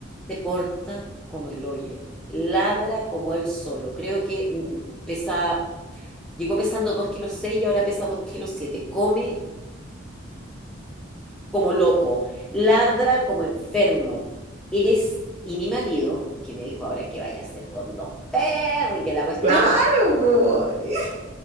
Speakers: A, in the centre; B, on the right (about 35°).
A: Se porta como el hoyo, ladra como él solo. Creo que mm, mm, pesa, llegó pesando 2 kilos 6 y ahora pesa 2 kilos siete Come como loco, ladra como enfermo. Es, y mi marido, que me dijo ahora que vaya a hacer con dos perros y que la cuestión.
B: Claro, po. <laughs>